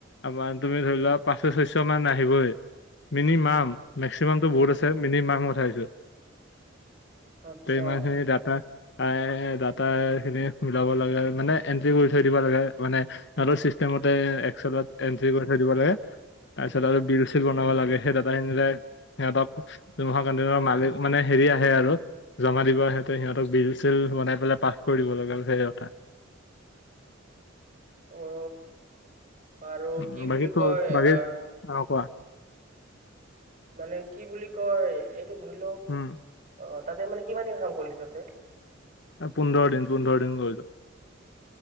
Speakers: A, on the left; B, on the right.
A: আমাৰ তুমি ধৰি লোৱা পাঁচশ ছয়শ মান আহিবই মিনি মাম মেক্সিমামটো বহুত আছে মিনি মাম কথাছো
B: আচ্ছা
A: তে ইমানখিনি ডাটা তাই দাটাই খিনি মিলাব লাগে মানে এণ্ট্ৰি কৰি থৈ দিব লাগে মানে সিহঁতৰ চিষ্টেমতে একচেলত এণ্ট্ৰি কৰি থৈ দিব লাগে তাৰপিছত আৰু বিল চিল বনাব লাগে সেই ডাটাখিনিলে সিহঁতক দুমাহৰ কানটিনৰ মালিক মানে হেৰি আহে আৰু জমা দিব হেতে সিহঁতক বিল চিল বনাই পেলাই পাছ কৰি দিব লগা সেই কথা
B: অ আৰু
A: উম
B: কি
A: বাকী
B: বুলি
A: তোৰ
B: কয়
A: বাকী
B: আহ
A: অ কোৱা
B: মানে কি বুলি কয় এইটো ধৰিলও
A: উম
B: অ তাতে মানে কিমান দিন কাম কৰিলি তহতে
A: এ পোন্ধৰ দিন পোন্ধৰ দিন কৰিলো